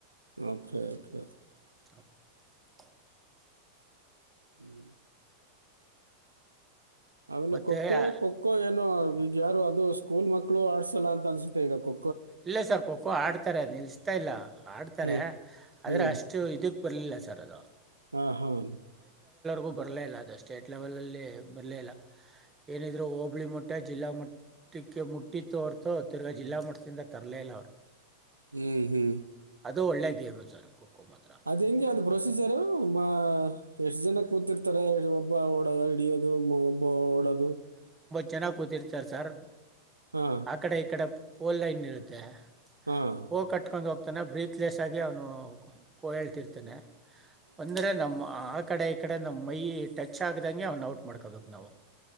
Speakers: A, on the right (about 80°); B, on the right (about 15°).
A: ಓಕೆ ಓಕೆ
B: ಹ್ಮ್
A: ಹ್ಮ್ ಆಮೇಲೆ
B: ಮತ್ತು
A: ಖೋಖೋ ಖೋಖೋ ಏನೋ ಈಗ ಯಾರು ಅದು ಸ್ಕೂಲ್ ಮಕ್ಕಳು ಆಡ್ಸಲ್ಲ ಅಂತ ಅನ್ಸುತ್ತೆ ಈಗ ಕೊ
B: ಇಲ್ಲ ಸರ್ ಖೋಖೋ ಆಡ್ತಾರೆ ಅದು ನಿಲ್ಸ್ ಸ್ತ ಇಲ್ಲ ಆಡ್ತಾರೆ
A: ಹ್ಞೂ
B: ಆದರೆ
A: ಹ್ಞೂ
B: ಅಷ್ಟು ಇದುಕ್ ಬರಲಿಲ್ಲ ಸರ್ ಅದು
A: ಹಾ ಹಾಂ
B: ಕು ಬರ್ಲೇ ಇಲ್ಲ ಅದ್ ಸ್ಟೇಟ್ ಲೆವೆಲ್ ಅಲ್ಲಿ ಬರಲೇ ಇಲ್ಲ ಏನಿದ್ರು ಹೋಬಳಿ ಮೊಟ್ಟೆ ಜಿಲ್ಲಾ ಮೊಟ್ ಟ್ಟಿಕ್ಕೆ ಮುಟ್ಟಿತ್ತು ಅವರ್ತ ತಿರ್ಗಾ ಜಿಲ್ಲಾ ಮಟ್ಟದಿಂದ ತರ್ಲೇ ಇಲ್ಲ ಅವ್ರು
A: ಹ್ಮ್ ಹ್ಮ್
B: ಅದು ಒಳ್ಳೆ ಗೇಮ್ ಸರ್ ಖೋಖೋ ಮಾತ್ರ
A: ಅದು ಹೆಂಗ್ ಅದು ಪ್ರೊಸೀಜರು ಮಾ ಎಷ್ಟ್ ಜನ ಕೂತಿರ್ತಾರೆ ಒಬ್ಬ ಓಡ ಹಿಡಿಯೋದು ಒಬ್ಬ ಓಡೋದು
B: ಚೆನ್ನಾಗಿ ಕೂತಿರ್ತಾರೆ ಸರ್
A: ಹಾಂ
B: ಆ ಕಡೆ ಈ ಕಡೆ ಪೋಲ್ ಲೈನ್ ಇರುತ್ತೆ
A: ಹಾಂ
B: ಕೋ ಕಟ್ಕೊಂಡು ಹೋಗ್ತಾನೆ ಬ್ರೀತ್ಲೆಸ್ ಆಗಿ ಅವನು ಕೋ ಹೇಳ್ತಿರ್ ತನೆ ಅಂದ್ರೆ ನಮ್ಮ ಆ ಕಡೆ ಈ ಕಡೆ ನಮ್ಮ ಮೈ ಟಚ್ ಆಗ್ದಂಗೆ ಅವ್ನ ಔಟ್ ಮಾಡ್ಕೋಬೇಕು ನಾವು